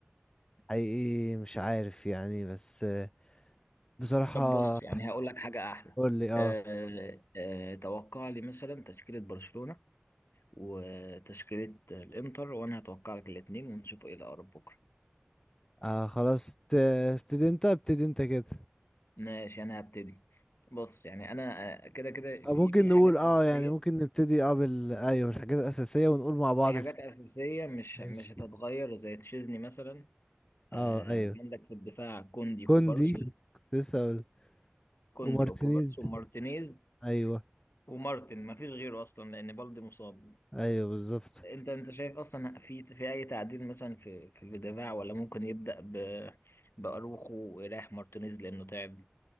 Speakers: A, on the left; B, on the left.
A: حقيقي مش عارف يعني بس آه، بصراحة
B: طب بص يعني هقول لك حاجة أحلى
A: قول لي اه
B: آه، آه، توقع لي مثلا تشكيلة برشلونة وتشكيلة الإنتر وأنا هتوقع لك الاتنين ونشوف إيه الأقرب بكرة
A: آه خلاص ت- ابتدي انت ابتدي انت كده
B: ماشي أنا هبتدي بص يعني أنا آه، كده كده
A: آه
B: في
A: ممكن
B: في
A: نقول
B: حاجات
A: اه
B: أساسية
A: يعني ممكن نبتدي اه بال ايوه الحاجات الأساسية ونقول مع بعض
B: في حاجات
A: الف...
B: أساسية مش
A: ماشي
B: مش هتتغير زي تشيزني مثلا آه
A: اه ايوه
B: عندك في الدفاع كوندي
A: كوندي
B: كوبارسي
A: كنت لسه اقول
B: كوندي
A: ومارتينيز
B: وكوبارسي ومارتينيز
A: ايوه
B: ومارتن ما فيش غيره أصلا لأن بالدي مصاب
A: ايوه بالظبط
B: أنت أنت شايف أصلا في في أي تعديل مثلا في في الدفاع ولا ممكن يبدأ ب بأروخو ويريح مارتينيز لأنه تعب